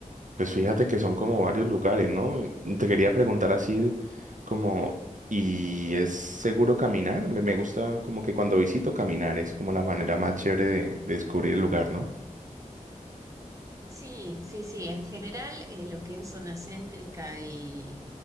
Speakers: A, on the right; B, on the right.
A: Pues fíjate que son como varios lugares, ¿no? Y Te quería preguntar así como, ¿y es seguro caminar? Me, me gusta como que cuando visito caminar es como la manera más chévere de, de descubrir el lugar, ¿no?
B: Sí, sí, sí, en general eh, lo que es zona céntrica y,